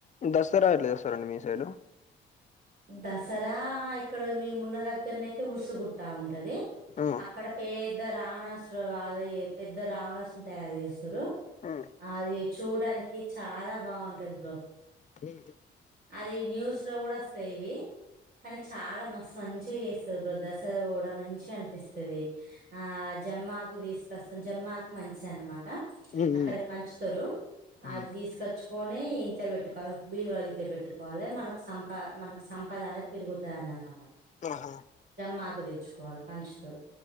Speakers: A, on the left; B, on the right.
A: దసరా ఎట్లా చేస్తారండి మీ సైడ్
B: దసరా ఇక్కడ మీమున్న దగ్గరనే అయితే ఉరుసుగుట్ట ఉంటది
A: ఆ
B: అక్కడ పెద్ద రావణాసుర వారై పెద్ద రావణాసుర్ తయారు చేస్తారు
A: ఆ
B: అది చూడానికి చాలా బాగుంటది బ్రో
A: ఉహు
B: అది న్యూస్ లో కూడా వస్తాయి ఇవి కానీ చాలా మస్తు మంచిగా చేస్తుంది బ్రో దసరా రోజు కూడా మంచి అనిపిస్తది ఆ జమ్మాకు తీసుకొస్తాం జమ్మాకు మంచి అనమాట
A: ఉమ్
B: అక్కడ పంచుతారు
A: ఉమ్
B: అవి తీసుకచ్ చుకోని ఇంట్లో పెట్టుకోవ్ బీరువా గిట్ల పెట్టుకోవాలే మనకు సం ప మనక్ సంపద అనేది పెరుగుతది అని అనమాట
A: ఆహా
B: మాకు తెచ్చుకోవాలి పంచుతారు